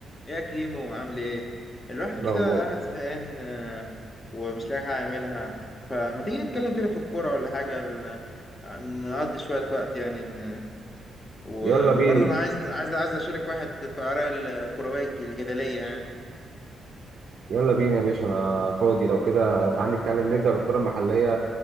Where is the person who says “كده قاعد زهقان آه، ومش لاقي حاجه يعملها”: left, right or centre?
Left